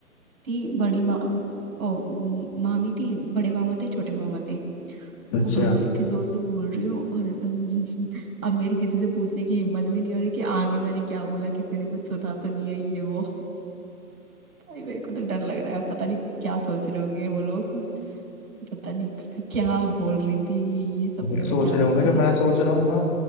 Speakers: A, on the right; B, on the left.
A: थी बड़ी माँ ओ म- मामी थी बड़े मामा थे छोटे मामा थे
B: अच्छा
A: ओ भाई इतनी जोर से बोल रही हो और अम, <laughs> अब मेरी किसी से पूछने की हिम्मत भी नहीं हो रही कि आगे मैंने क्या बोला किसी ने कुछ सुना तो नहीं है ये वो भाई मेरे को तो डर लग रहा है पता नहीं क्या सोच रहे होंगे वो लोग पता नहीं क्या बोल रही थी ये सपने
B: ये
A: में
B: सोच
A: क्या
B: रहा
A: देख
B: हूँ
A: रही
B: जो
A: थी बस
B: मैं सोच रहा हूँ ना